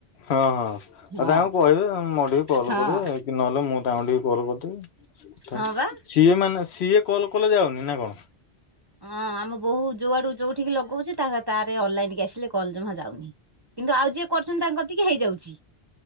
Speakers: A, on the left; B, on the right.
A: ହଁ ହଁ ଆଉ
B: ହଁ
A: ତାଙ୍କୁ କହିବେ ମୋ ଟିକି କଲ୍
B: ହଁ
A: କରିବେ କି ନହେଲେ ମୁଁ ତାଙ୍କୁ ଟିକେ କଲ୍ କରିଦେବି।
B: ହଁ ବା
A: ସିଏ ମାନେ ସିଏ କଲ କଲେ ଯାଉନି ନା କଣ?
B: ହଁ ଆମ ବୋହୁ ଯୋଉଆଡୁ ଯୋଉଠିକି ଲଗଉଚି ତାହା ତାରେ ଅନଲାଇନ କି ଆସିଲେ କଲ ଜମା ଯାଉନି। କିନ୍ତୁ ଆଉ ଯିଏ କରୁଚନ୍ତି ତାଙ୍କ କତିକି ହେଇଯାଉଛି।